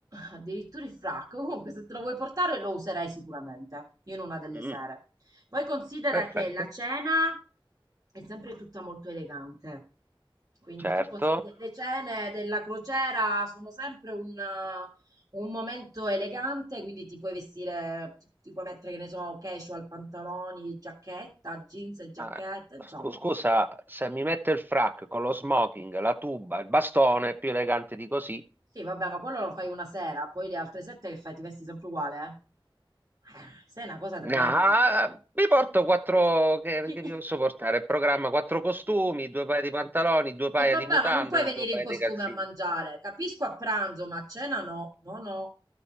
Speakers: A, on the right (about 45°); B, on the right (about 20°).
A: Addirittura il frac, comunque se te lo vuoi portare lo userai sicuramente, io in una delle
B: Mm,
A: sere. Poi considera
B: perfetto,
A: che la cena è sempre tutta molto elegante. Quindi
B: certo.
A: tu consi- le le cene della crociera sono sempre un, eh, un momento elegante, quindi ti puoi vestire, ti, ti puoi mettere, che ne so, casual, pantaloni, giacchetta, jeans e giacchetta,
B: Ah,
A: insomma.
B: scu- scusa, se mi metto il frac con lo smoking, la tuba, il bastone, è più elegante di così.
A: Sì, vabbè, ma quello lo fai una sera, poi le altre sette che fai? Ti vesti sempre uguale? eh? Eh, Sei una cosa tremenda.
B: No, ah, mi porto quattro, che,
A: <laughs>
B: che mi posso portare? Il programma, quattro costumi, due paia di pantaloni, due paia
A: E vabbè,
B: di mutande,
A: ma non puoi venire
B: due paia
A: in costume
B: di calzini.
A: a mangiare. Capisco a pranzo, ma a cena no. No, no.